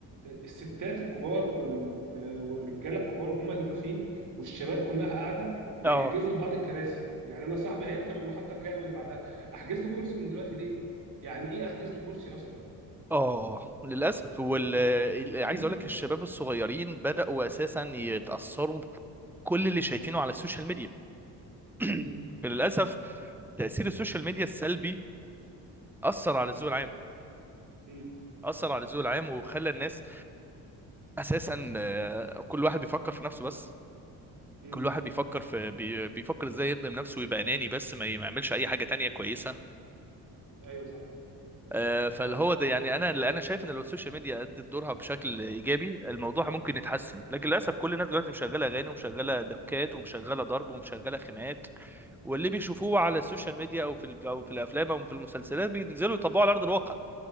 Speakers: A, on the right (about 50°); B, in the centre.
A: الستات الكبار وال... والرجاله الكبار هم اللي واقفين والشباب كلها قاعده ويحجزوا
B: اه
A: لبعض الكراسي يعني انا صاحبي هيركب المحطه الجايه او اللي بعدها احجز له كرسي من دلوقتي ليه يعني ايه احجز له كرسي اصلا
B: اه للاسف وال
A: دي
B: ال-
A: غريبه
B: عايز اقول لك الشباب الصغيرين بداوا اساسا يتاثروا بكل اللي شايفينه على السوشيال ميديا
A: امم
B: <clears throat> للاسف تاثير السوشيال ميديا السلبي اثر على الذوق العام
A: امم
B: اثر على الذوق العام وخلى الناس اساسا آه، كل واحد بيفكر في نفسه بس
A: امم
B: كل واحد بيفكر في بي- بيفكر ازاي يخدم نفسه ويبقى اناني بس ما ي- ما يعملش اي حاجه تانية كويسه
A: ايوه صح
B: آه، فاللي هو ده يعني انا اللي انا شايف ان لو السوشيال ميديا ادت دورها بشكل ايجابي الموضوع ممكن يتحسن لكن للاسف كل الناس دلوقتي مشغله اغاني ومشغله دبكات ومشغله ضرب ومشغله خناقات واللي بيشوفوه على السوشيال ميديا او في ال- او في الافلام او في المسلسلات بينزلوا يطبقوا على ارض الواقع